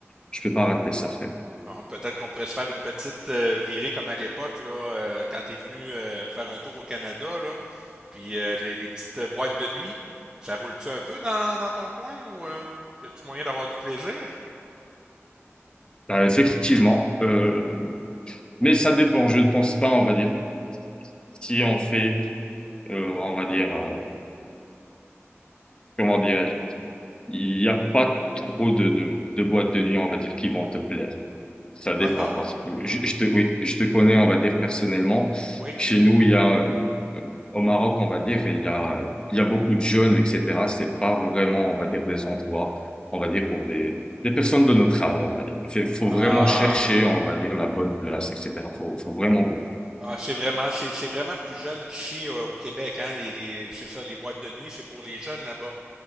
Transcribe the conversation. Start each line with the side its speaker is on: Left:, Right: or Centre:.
Left: je peux pas rater ça, frère.
Right: bon, peut-être qu'on pourrait se faire une petite euh, virée comme à l'époque là, euh, quand t'es venu euh, faire un tour au Canada là, puis euh, les, les petites euh, boîtes de nuit, ça roule-tu un peu dans, dans ton coin ou euh, y a-tu moyen d'avoir du plaisir?
Left: Bah, effectivement, euh, Mais ça dépend, je ne pense pas, on va dire, si on fait, euh, on va dire, euh, comment dirais-je, il n'y a pas trop de, de, de boîtes de nuit, on va dire, qui vont te plaire. Ça dépend,
Right: Ah non?
Left: parce que je, je te, oui, je te connais, on va dire, personnellement.
Right: Oui.
Left: Chez nous, il y a, euh, au Maroc, on va dire, il y a, il y a beaucoup de jeunes, etc. C'est pas vraiment, on va dire, des endroits, on va dire, pour des, des personnes de notre âge, on va dire. Fait- Faut
Right: Ah,
Left: vraiment chercher, on va dire, la bonne place, etc. Faut, faut vraiment beaucoup.
Right: Ah, c'est vraiment, c'est, c'est vraiment plus jeune qu'ici euh, au Québec, hein. Les, les- c'est ça, les boîtes de nuit, c'est pour les jeunes là-bas.